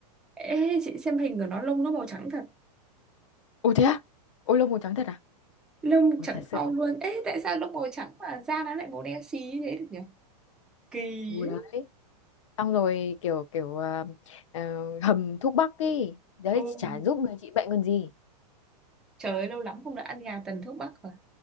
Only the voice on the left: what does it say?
ủa thế à ôi lông màu trắng thật à
ôi
thật sự
luôn
ủa đấy
xong rồi kiểu kiểu ờ, ờ, hầm thuốc bắc ý đấy
chả giúp người trị bệnh còn gì